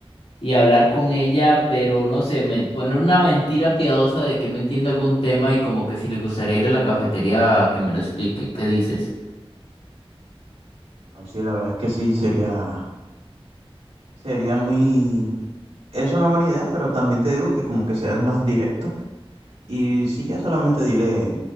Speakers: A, on the left; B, on the right.
A: y hablar con ella, pero no sé, me poner una mentira piadosa de que no entiendo algún tema y como que si le gustaría ir a la cafetería a que me lo explique. ¿Qué dices?
B: No, sí, la verdad es que sí, sería, sería muy, es una buena idea, pero también te digo que como que seas más directo Y sí, ya solamente dile,